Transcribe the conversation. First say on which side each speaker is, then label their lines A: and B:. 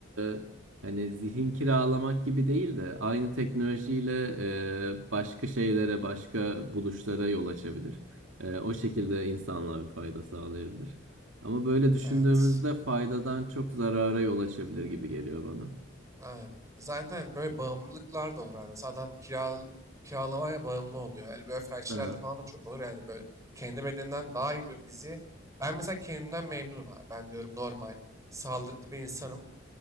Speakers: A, on the right (about 80°); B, on the right (about 15°).
A: e, Hani zihin kiralamak gibi değil de aynı teknolojiyle e, başka şeylere, başka buluşlara yol açabilir. E, o şekilde insanlığa bir fayda sağlayabilir. Ama böyle düşündüğümüzde
B: Evet.
A: faydadan çok zarara yol açabilir gibi geliyor bana.
B: Aynen. Zaten böyle bağımlılıklar da olur. abi. Mesela adam kira, kiralamaya bağımlı oluyor. Yani böyle felçlilerde
A: Aha.
B: falan da çok olur. Yani böyle kendi bedeninden daha iyi bir fiziğe. Ben mesela kendimden memnunum abi. Ben diyorum normal, sağlıklı bir insanım.